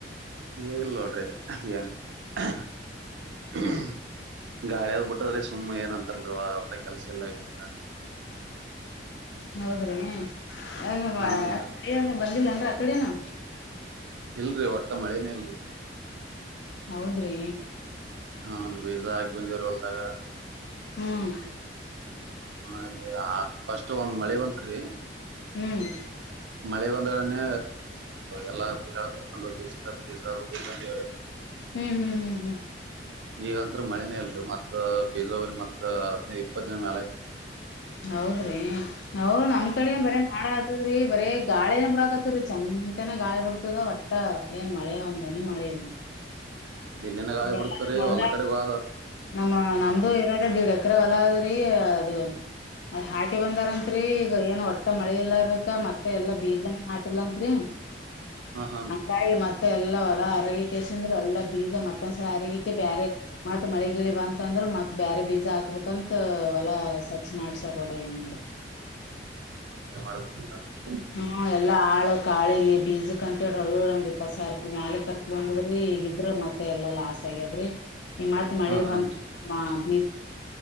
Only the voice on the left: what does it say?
ಹೌದ್ರಿ ಯ
ಮಳೆಯ ಬಂದಿಲ್ಲನ್ ಆಕಡಿನು
ಹೌದ್ರೀ
ಹ್ಮ್
ಹ್ಮ್
ಹ್ಮ್ ಹ್ಮ್ ಹ್ಮ್ ಹ್ಮ್
ಹೌದ್ರಿ ಅವ್ರ ನಮ್ ಕಡೆ ಬರ ಮಾಡ ಆತದ್ರಿ ಬರೇ ಗಾಳಿನ ಬಿಡಾಕತರಿ ಚೆತೇನ ಗಾಳಿ ಬಿಡ್ತದ ಒಟ್ಟ ಏನ್ ಮಳೆ ಒಂದ ಹನೀ ಮಳೆ ಇಲ್ರೀ
ಇಲೇ
ಎಲ್ಲಾ ನಮ್ ಹೋಲ್
ನಮ್ಮ
ನಮ್ದು ಇರದ ದೀಡ್ ಎಕ್ರೆ ಹೊಲದ್ರಿ ಅದು ಹಾಕಿ ಬಂದಾರಂತ್ರಿ ಈಗ ಏನು ಒಟ್ಟ ಮಳಿ ಇಲ್ಲದ ಮತ್ತೆ ಎಲ್ಲಾ ಬೀಜನೂ ಲ್ಲತ್ರಿ
ಹಂಗಾಗಿ ಮತ್ತೆ ಎಲ್ಲಾ ಹೊರ ಆರೋಗ್ಯ ಕೇಸಿಂದ ಅಂದ್ರ ಎಲ್ಲಾ ಬೀಜ ಮತ್ತೊಂದ್ಸಲ ಅರಿಕ್ಕೆ ಬ್ಯಾರೆ ಮತ್ತತ್ ಮಳೆ ಬಂತ ಅಂದ್ರ ಮತ್ ಬೇರೆ ಬೀಜ ಹಾಕ್ಬೇಕಂತ ಹೊಲಾ ಸ ಮಾಡ್ಸರ್ ಡ್ರ ಏನ್ ಮಾಡತಿ
ಹ್ಮ ಎಲ್ಲಾ ಆಳು ಕಾಳಿಗೆ ಬೀಜಕ್ ಅಂತೇಳಿವಿಡ ದಪಸ ಅರ್ಕ್ ಮ್ಯಾಲ ಕರ್ಕ ಬಂದದ್ರಿ ಈ ಗಿದ್ರರು ಮತ್ತೆ ಎಲ್ಲಾ ಲಾಸ್ ಆಗ್ಯದ್ರಿ ಈ ಮಾತು ಮಳೆ
ಬಂತು <unintelligible> ತೀ